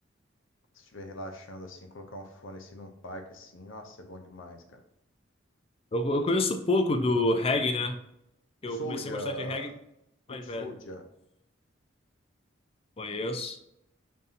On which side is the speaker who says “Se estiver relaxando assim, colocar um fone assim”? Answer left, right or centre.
Left